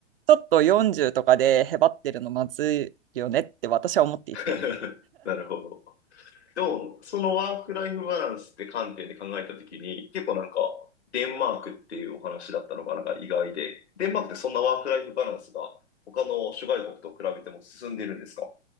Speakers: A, on the right (about 55°); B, on the left (about 65°).
A: ょっと40とかでへばってるのまずいよねって私は思っていて。
B: <laughs> なるほど。でも、そのワークライフバランスって観点で考えたときに、結構なんか、デンマークっていうお話だったのがなんか意外で、デンマークってそんなワークライフバランスが他の諸外国と比べても進んでるんですか